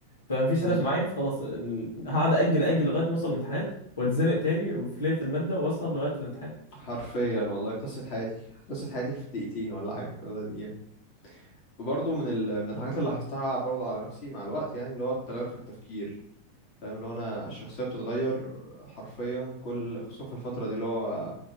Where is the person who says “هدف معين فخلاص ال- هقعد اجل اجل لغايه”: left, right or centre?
Left